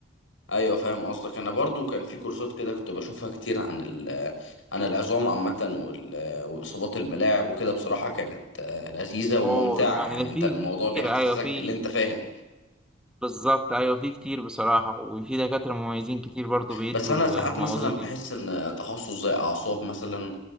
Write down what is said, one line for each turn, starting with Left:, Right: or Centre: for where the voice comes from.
Left: ايوه فاهم قصدك انا برضو كان في كورسات كده كنت بشوفها كتير عن ال عن العظام عامة وال- واصابات الملاعب وكده بصراحة كانت آه، لذيذة وممتعة
Centre: اوه يعني
Left: يعني
Centre: ده في
Left: انت الموضوع
Centre: في كتير
Left: بيحسسك
Centre: ايوه في
Left: اللي انت فاهم
Centre: بالظبط ايوه في كتير بصراحه وفي دكاتره مميزين كتير برضو بيدوا
Left: بس انا
Centre: المواضيع
Left: ساعات مثلا
Centre: دي
Left: بحس ان تخصص زي اعصاب مثلا